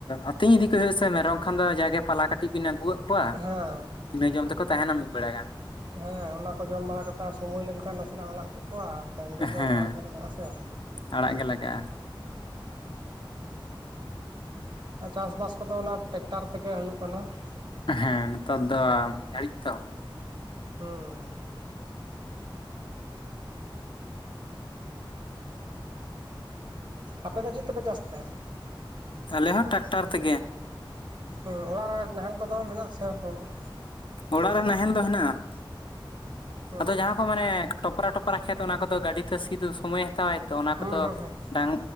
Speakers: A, on the left (about 70°); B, on the right (about 55°).
A: ᱟᱛᱤᱧ ᱤᱫᱤ ᱠᱚ ᱦᱩᱭᱩᱜ-ᱟ ᱥᱮ ᱢᱮᱨᱚᱢ ᱼᱼ ᱠᱷᱟᱱ ᱫᱚ ᱡᱟᱜᱮ ᱯᱟᱞᱦᱟ ᱠᱟᱹᱴᱤᱡ ᱵᱤᱱ ᱟᱹᱜᱩ ᱟᱜ ᱠᱚᱣᱟ
B: ᱦᱮᱸ
A: ᱤᱱᱟᱹ ᱡᱚᱢ ᱛᱮᱠᱚ ᱛᱟᱦᱮᱱᱟ ᱢᱤᱫ ᱵᱮᱲᱟ ᱜᱟᱱ ᱾
B: ᱦᱮᱸ ᱚᱱᱟ ᱠᱚ ᱡᱚᱢ ᱵᱟᱲᱟ ᱠᱟᱛᱮ ᱟᱨ ᱥᱚᱢᱚᱭ ᱞᱮᱱᱠᱷᱟᱱ ᱱᱟᱥᱮ ᱱᱟᱜ ᱟᱲᱟᱜ ᱠᱮᱫ ᱠᱚᱣᱟ ᱟᱨ ᱰᱟᱹᱝᱨᱤ ᱫᱚ
A: ᱦᱮᱸ
B: ᱟᱲᱟᱜ ᱜᱮ ᱞᱟᱜᱟᱜ-ᱟ ᱥᱮ ᱾
A: ᱟᱲᱟᱜ ᱜᱮ ᱞᱟᱜᱟᱜ-ᱟ ᱾
B: ᱪᱟᱥᱵᱟᱥ ᱠᱚᱫᱚ ᱚᱱᱟ ᱴᱮᱠᱴᱟᱨ ᱛᱮᱜᱮ ᱦᱳᱭᱳᱜ ᱠᱟᱱᱟ ᱾
A: ᱦᱮᱸ ᱱᱮᱛᱟᱨ ᱫᱚ ᱢᱤᱫ ᱜᱷᱟᱹᱲᱤᱡ ᱛᱚ ᱾
B: ᱦᱩᱸᱻ ᱟᱯᱮ ᱫᱚ ᱪᱮᱫ ᱛᱮᱯᱮ ᱪᱟᱥ ᱛᱮ?
A: ᱟᱞᱮ ᱦᱚᱸ ᱴᱟᱠᱴᱟᱨ ᱛᱮᱜᱮ ᱾
B: ᱦᱩᱸ ᱚᱲᱟᱜ ᱨᱮ ᱱᱟᱦᱮᱞ ᱠᱚᱫᱚ ᱢᱮᱱᱟᱜᱥᱮ ᱵᱟᱹᱱᱩᱜ-ᱟ?
A: ᱚᱲᱟᱜ ᱨᱮ ᱱᱟᱦᱮᱞ ᱫᱚ ᱦᱮᱱᱟᱜ-ᱟ ᱾
B: ᱦᱩᱸ
A: ᱟᱫᱚ ᱡᱟᱦᱟᱸ ᱠᱚ ᱢᱟᱱᱮ ᱴᱚᱯᱨᱟ ᱴᱚᱯᱨᱟ ᱠᱷᱮᱛ ᱚᱱᱟ ᱠᱚᱫᱚ ᱜᱟᱹᱰᱤ ᱛᱮ ᱥᱤ ᱫᱚ ᱥᱚᱢᱚᱭᱮᱼᱼ ᱦᱟᱛᱟᱣᱟᱭ ᱛᱚ ᱚᱱᱟ
B: ᱦᱩᱸ
A: ᱠᱚᱫᱚ
B: ᱦᱩᱸ ᱦᱩᱸ
A: ᱰᱟᱝ